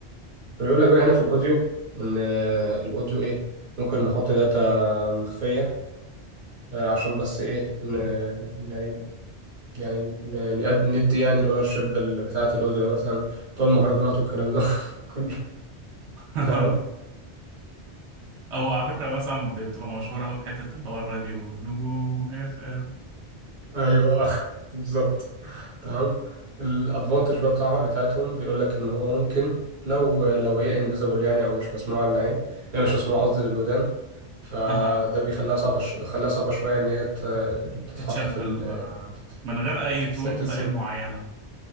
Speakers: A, on the right; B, on the right.
A: بيقول لك بقى هنا في الاوديو ان آه، الاوديو ايه ممكن نحط داتا مخفيه آه، عشان بس ايه ن- يعني يعني ن- نقد- ندي يعني الاونر شيب بتاعة الاوديو مثلا بتوع المهرجانات والكلام ده <laughs> كله
B: <laughs>
A: تمام
B: او على فكره مثلا بتبقى مشهوره قوي في حته اللي هو الراديو نجوم اف ام
A: ايوه <laughs> بالظبط تمام الادفانتج بقى بتاعها بتاعتهم بيقول لك ان هو ممكن لو لو هي انفيزبل يعني او مش مسموعه للعين هي مش مسموعه قصدي للودان فده
B: اها
A: بيخليها صعبه ش... خليها صعبه شويه ان هي ت... تتحط
B: تتشال
A: في
B: بال
A: ال...
B: من غير
A: تتس-
B: أي طول
A: تتسمع
B: لأ معينة